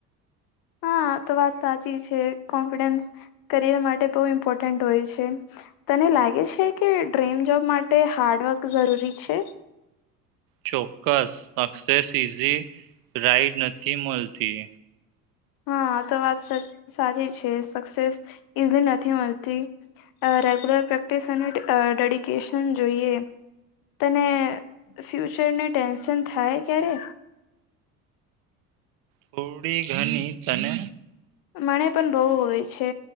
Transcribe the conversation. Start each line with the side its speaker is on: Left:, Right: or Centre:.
Left: હા તો વાત સાચી છે, કોન્ફિડન્સ કરિયર માટે બહુ ઇમ્પોર્ટન્ટ હોય છે, તને લાગે છે કે ડ્રીમ જોબ માટે હાર્ડવર્ક જરૂરી છે?
Right: ચોક્કસ, સક્સેસ ઇઝી રાઈડ નથી મળતી.
Left: હા તો વાત સાચ સાચી છે, સક્સેસ ઈઝલી નથી મલતી અ રેગ્યુલર પ્રેક્ટિસ અને ડે અ ડેડિકેશન જોઈએ, તને ફ્યુચરને ટેન્શન થાય ક્યારે?
Right: થોડી ઘણી તને?
Left: મને પણ બહુ હોય છે,